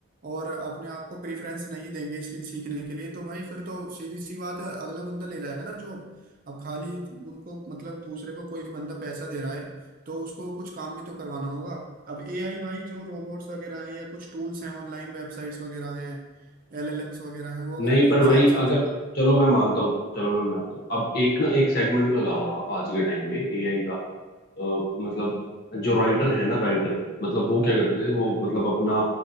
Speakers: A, on the right; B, on the left.
A: और अपने आप को प्रेफरेंस नहीं देंगे स्किल सीखने के लिए तो भाई फिर तो सीधी सी बात है अगला बंदा ले जाएगा ना जॉब अब खाली उनको मतलब दूसरे को कोई बंदा पैसा दे रहा है तो उसको कुछ काम भी तो करवाना होगा अब एआई भाई जो रोबोट्स वगैरह हैं या कुछ टूल्स हैं ऑनलाइन वेबसाइट्स वगैरह हैं एलएलएम्स वगैरह हैं वो
B: नहीं
A: अगर
B: पर
A: इंसान
B: भाई
A: से
B: अगर
A: अच्छा-
B: चलो मैं मानता हूँ चलो मैं मानता हूँ अब एक ना एक सेगमेंट लगाओ आप आज के टाइम में एआई का अ, मतलब जो राइटर है ना राइटर मतलब वो क्या करते थे वो मतलब अपना